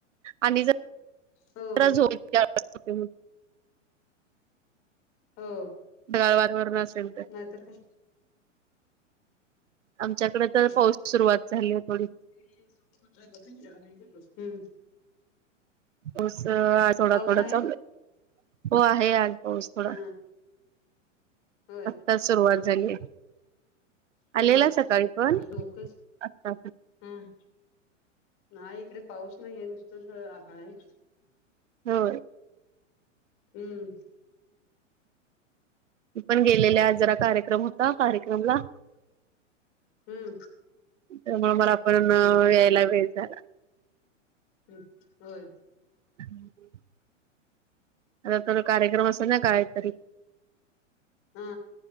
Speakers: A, on the right; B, on the left.
A: आणि ज
B: हो
A: ज झप
B: हो
A: गाळवाारवरून असेल तर
B: नाहीतर काय
A: आमच्याकडे
B: काय
A: तर पाऊस सुरुवात झालीय थोडी
B: हम्म
A: पाऊस थोडा
B: पाऊस
A: थोडा
B: आहे
A: चालू हो आहे आज पाऊस थोडा
B: हा होय
A: आत्ताच सुरुवात झाली
B: हम्म
A: आलेला सकाळी पण
B: डोकंच
A: असता
B: हम नाही इकडे पाऊस नाहीये नुसतंच आभाड आहे
A: हो
B: हम्म
A: पण गेलेले जरा कार्यक्रम होता कार्यक्रमला <inaudible>
B: हम्म
A: त्यामु मला पण
B: होय
A: यायला वेळ झाला
B: ह् होय
A: हम् आ तर कार्यक्रम असेल ना कायतरी
B: हा